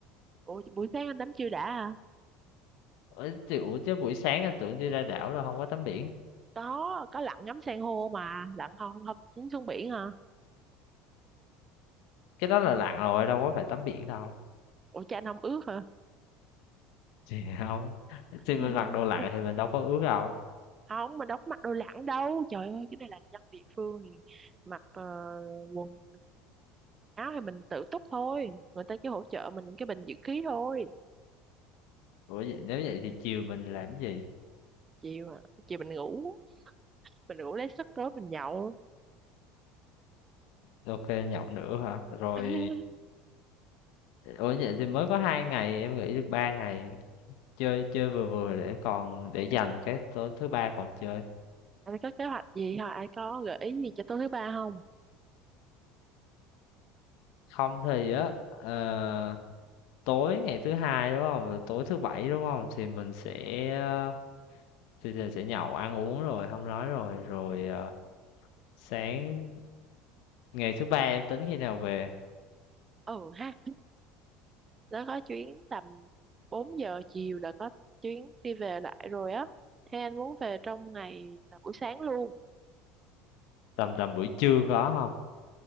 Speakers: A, on the right (about 30°); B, on the left (about 70°).
A: ủa buổi sáng anh tắm chưa đã à?
B: Ấy, chứ- ủa chứ buổi sáng anh tưởng đi ra đảo là không có tắm biển
A: có có lặn ngắm san hô mà lặn không không chín xuống biển hả
B: cái đó là lặn rồi đâu có phải tắm biển đâu
A: ủa cha anh không ướt hả
B: thì <laughs> không thì mình
A: <laughs>
B: mặc đồ lặn thì mình đâu có ướt đâu
A: không mình đâu có mặc đồ lặn đâu trời ơi cái này là dân địa phương thì mặc ờ, quần áo thì mình tự túc thôi người ta chỉ hỗ trợ mình cái bình dưỡng khí thôi
B: ủa vậy nếu vậy thì chiều mình làm cái gì
A: chiều à, chiều mình ngủ mình ngủ lấy sức tối mình nhậu
B: ok nhậu nữa hả rồi
A: <laughs>
B: ủa vậy thì mới có hai ngày em nghĩ được ba ngày chơi chơi vừa vừa để còn để dành cái tối thứ ba còn chơi
A: anh có kế hoạch gì hả ai có gợi ý gì cho tối thứ ba không
B: không thì á ờ, tối ngày thứ hai đúng không rồi tối thứ bảy đúng không thì mình sẽ ờ, thì thì sẽ nhậu ăn uống rồi không nói rồi rồi ờ, sáng ngày thứ ba em tính khi nào về
A: ừ ha nó có chuyến tầm 4 giờ chiều là có chuyến đi về lại rồi á thế anh muốn về trong ngày là buổi sáng luôn
B: tầm tầm buổi trưa có không